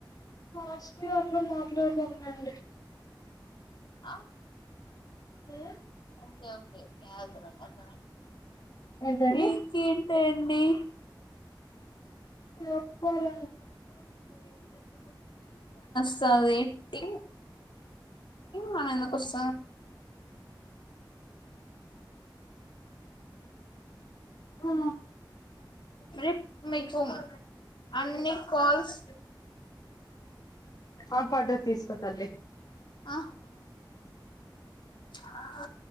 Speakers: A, on the left; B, on the left.
A: లాస్ట్ ఇయర్ లో మాట్లాడుదాం లేండి
B: ఆ
A: ఉ
B: ఓకే ఓకే అదుమ అమ
A: ఏంటండి
B: ఇంక ఏంటి తెండి
A: ఎప్పుడు
B: సదేటిటింగ్ న్న కొస
A: ఓ
B: రప్ మకు అన్ని కాల్స్
A: ఆ పాడ్ర తీసుకొత్తాలే
B: ఆ ఆ